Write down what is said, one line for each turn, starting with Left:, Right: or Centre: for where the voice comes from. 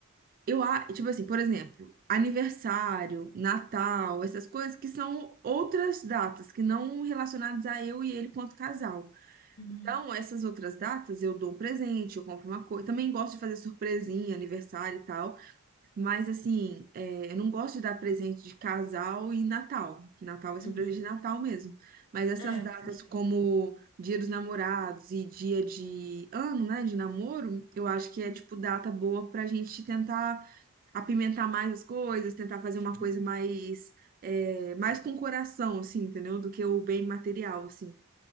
Right: eu acho, tipo assim, por exemplo, aniversário, Natal, essas coisas que são outras datas, que não relacionadas a eu e ele quanto casal.
Left: Uhum,
Right: Então, essas outras datas eu dou um presente, eu compro uma coisa. Também gosto de fazer surpresinha, aniversário e tal. Mas, assim, é, eu não gosto de dar presente de casal e Natal. Natal vai ser
Left: uhum.
Right: um presente de Natal mesmo. Mas essas
Left: É,
Right: datas,
Left: faz sentido.
Right: como Dia dos Namorados e dia de ano, né, de namoro, eu acho que é,
Left: Uhum,
Right: tipo, data boa pra gente tentar apimentar mais as coisas, tentar fazer uma coisa
Left: uhum.
Right: mais. é, mais com coração, assim, entendeu? Do que o bem material, assim.